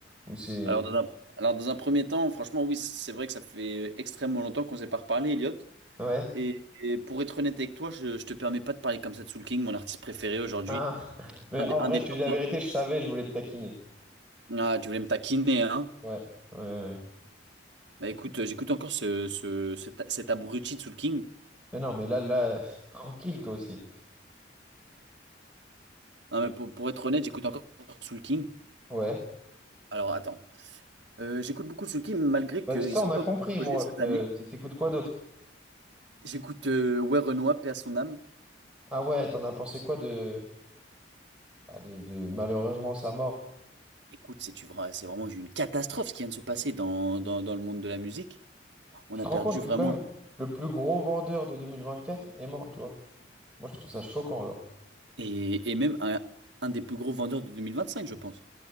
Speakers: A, in the centre; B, on the right (about 70°).
A: ou c'est...
B: Alors dans un, alors dans un premier temps, franchement, oui, c'est vrai que ça fait extrêmement longtemps qu'on s'est pas reparlé, Elliot.
A: Ouais?
B: Et, et pour être honnête avec toi, je, je te permets pas de parler comme ça de Soul King, mon artiste préféré aujourd'hui.
A: Ah. <laughs> Mais
B: Un des,
A: en
B: un
A: vrai,
B: des
A: je
B: top
A: te dis la
B: 20.
A: vérité, je savais, je voulais te taquiner.
B: Ah, tu voulais me taquiner, hein?
A: Ouais, ouais, ouais. ouais.
B: Bah écoute, euh, j'écoute encore ce, ce, cet, cet abruti de Soul King.
A: Mais non, mais là, là, <laughs> tranquille, toi aussi.
B: Non, mais pour, pour être honnête, j'écoute encore Soul King.
A: Ouais.
B: Alors attends. Euh, j'écoute beaucoup Soul King, malgré
A: Ouais,
B: qu'il
A: ça,
B: sort
A: on a
B: pas
A: compris,
B: beaucoup de
A: moi.
B: projets cette
A: Euh,
B: année.
A: t- t'écoutes quoi d'autre?
B: J'écoute euh, Ouais Renoir, paix à son âme.
A: Ah ouais, t'en as pensé quoi de... bah, de, de malheureusement sa mort?
B: Écoute, c'est tu verras, c'est vraiment une catastrophe ce qui vient de se passer dans, dans, dans le monde de la musique. On
A: Tu
B: a
A: te
B: perdu
A: rends compte
B: vraiment.
A: que quand même, le plus gros vendeur de 2024 est mort, tu vois? Moi, je trouve ça choquant, genre.
B: Et, et même un, un des plus gros vendeurs de 2025, je pense.